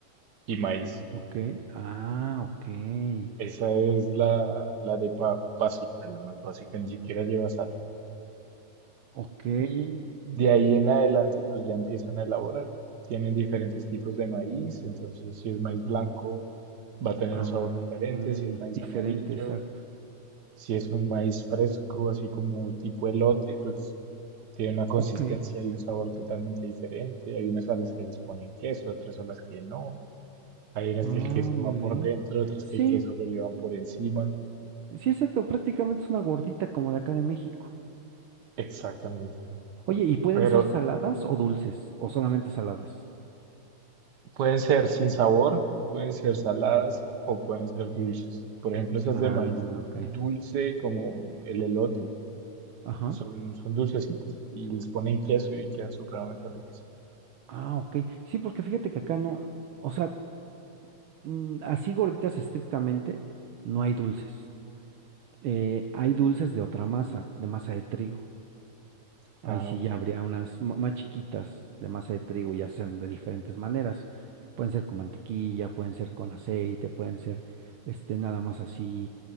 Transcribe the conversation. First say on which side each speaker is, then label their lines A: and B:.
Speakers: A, on the right; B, on the right.
A: y maíz.
B: Ok. Ah, ok.
A: Esa es la, la arepa básica, la más básica, ni siquiera lleva sal.
B: Ok.
A: Y de ahí en adelante, pues ya empiezan a elaborar. Tienen diferentes tipos de maíz, entonces si es maíz blanco va a tener
B: Ah,
A: un sabor diferente, si es maíz
B: diferente,
A: amarillo,
B: exacto.
A: si es un maíz fresco, así como tipo elote, pues tiene una consistencia
B: Ok.
A: y un sabor totalmente diferente. Hay unas a las que les ponen queso, otras a las que no. Hay unas
B: Ah,
A: que el queso
B: muy
A: va por
B: bien.
A: dentro, otras
B: Sí,
A: que el queso lo llevan por encima.
B: sí, exacto. Prácticamente es una gordita como de acá de México.
A: Exactamente.
B: Oye, ¿y pueden
A: Pero
B: ser saladas o dulces o solamente saladas?
A: Pueden ser sin sabor, pueden ser saladas o pueden ser dulces. Por ejemplo, esas
B: Ah,
A: de maíz
B: ok.
A: dulce como el elote
B: Ajá.
A: son, son dulcecitas y les ponen queso y quedan supremamente ricas.
B: Ah, ok. Sí, porque fíjate que acá no, o sea, mm, así gorditas estrictamente, no hay dulces. Eh, hay dulces de otra masa, de masa de trigo.
A: Ah,
B: Ahí sí
A: ok.
B: ya habría unas ma- más chiquitas de masa de trigo, ya sean de diferentes maneras. Pueden ser con mantequilla, pueden ser con aceite, pueden ser este, nada más así